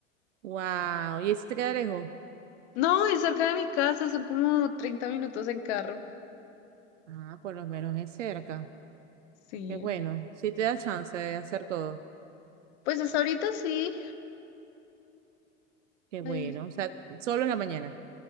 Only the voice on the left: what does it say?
No, es cerca de mi casa, son como 30 minutos en carro.
Sí.
Pues hasta ahorita sí,
ahí,